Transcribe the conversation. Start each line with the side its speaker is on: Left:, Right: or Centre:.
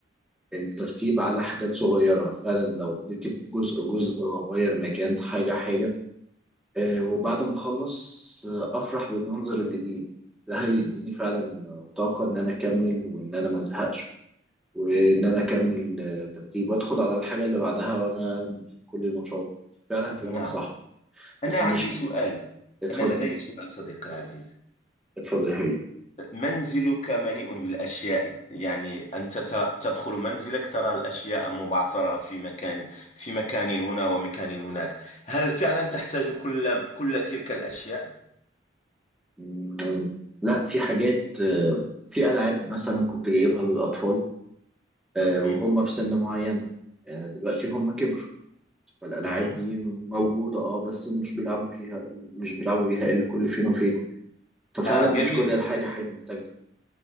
Centre: الترتيب على حاجات صغيره فعلا لو اديت جزء جزء واغير مكان حاجه حاجه إيه، وبعد ما اخلص آه، افرح بالمنظر الجديد ده هيديني فعلا طاقه ان انا اكمل وان انا ما ازهقش وان انا اكمل آه، ترتيب وادخل على الحاجه اللي بعدها وانا كل نشاط فعلا كلامك
Left: نعم
Centre: صح بس
Left: أنا عندي
Centre: المشكله
Left: سؤال
Centre: اتفضل
Left: أنا لدي سؤال صديقي العزيز
Centre: اتفضل يا حبيبي
Left: منزلك مليء بالأشياء يعني أنت ت- تدخل منزلك ترى الأشياء مبعثرة في مكان في مكان هنا ومكان هناك هل فعلا تحتاج كل كل تلك الأشياء؟
Centre: مم، لا في حاجات آه، في ألعاب مثلا كنت جايبها للأطفال آه،
Left: مهم.
Centre: وهم في سن معين آه، دلوقتي هم كبروا فالألعاب
Left: مهم.
Centre: دي موجودة اه بس مش بيلعبوا فيها مش بيلعبوا بيها إلا كل فين وفين ففعلا
Left: آه جميل
Centre: مش كل
Left: جدا
Centre: الحاجة حاجة محتاجها